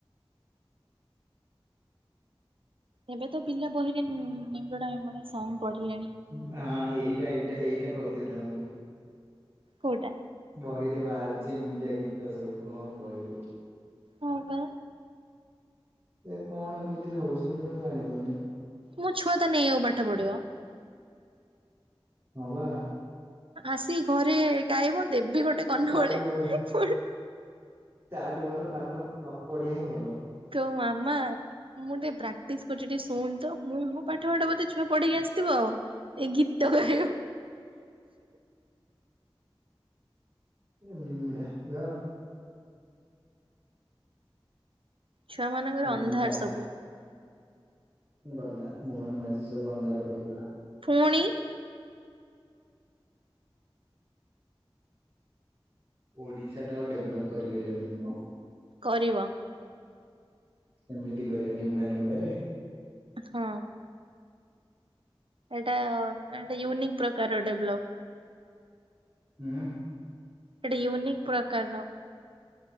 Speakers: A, on the right (about 65°); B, on the right (about 25°).
A: ଏବେ ତ ପିଲା ବହିରେ ନିମ୍ୱୁଡ଼ା ନିମ୍ୱୁଡ଼ା ସଙ୍ଗ ପଢିଲେଣି।
B: ବା ଏଇଟା ଏଇଟା ଏଇଟା କହୁଥିଲି ତମକୁ।
A: କୋଉଟା?
B: ବହିରେ ବାହାରୁଛି ଏମିତିଆ ଗୀତ ସବୁ କଁ କହିବୁ।
A: ହଁ ପା।
B: ଏ କଣ ଏମିତି ହଉଛନ୍ତି ମୁଁ ଜାଣିପାରୁନି।
A: ମୋ ଛୁଆ ତାନେ ଇୟାକୁ ପାଠ ପଢିବ।
B: ହଁ ବା।
A: ଆସି ଘରେ ଗାଇବ ଦେବି ଗୋଟେ କନମୂଳି
B: ସେ ତାଠୁ ଭଲ
A: ପୁଣି।
B: ତାଠୁ ଭଲ ପାଠ ନ ପଢିଆ ହିଁ ଭଲ।
A: ତୋ ମାମା ମୁଁ ଟିକେ ପ୍ରାକ୍ଟିସ୍ କରୁଛି ଟିକେ ଶୁଣନ୍ତ ମୁଁ ହଁ ପାଠପଠ ବୋଧେ ଛୁଆ ପଢି଼କି ଆସିଥିବ ଏ ଗୀତ ଗାଇବ।
B: ଏ ନିମୁଡ଼ା ର।
A: ଛୁଆମାନଙ୍କର
B: ନିମଡା
A: ଅନ୍ଧାର ସବୁ।
B: ଗଲା ମୋହନ ମାଝି ସବୁ ଅନ୍ଧାର କରିଦେଲା।
A: ଫୁଣି।
B: ଓଡ଼ିଶାଟା ଆଉ ଡେଭଲପ୍ କରିପାରିବନେଇ। ଅ
A: କରିବ।
B: ଏମିତି କରିବ ନିମୁଡ଼ା ନିମୁଡ଼ାରେ?
A: ହଁ। ଏଟା ଏଟା ୟୁନିକ୍ ପ୍ରକାର ଡେଭଲପ୍।
B: ଉଁ?
A: ହେଟି ୟୁନିକ୍ ପ୍ରକାରର।